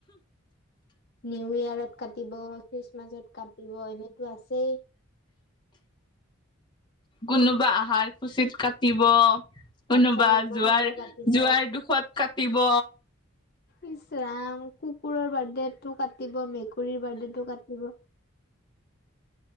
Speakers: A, on the left; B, on the left.
A: নিউ ইয়াৰত কাটিব খ্ৰীষ্টমাছত কাটিব এনে- তো আছেই।
B: কোনোবা আহাৰ খুচিত কাটিব। কোনোবা
A: বাচ্ছা জন্ম
B: জোৱাৰ
A: হ'লে কাটিব
B: জোৱাৰ দুখত কাটিব।
A: ইচৰাম কুকুৰৰ বাৰ্থডেটো কাটিব মেকুৰী - বাৰ্থডেটো কাটিব।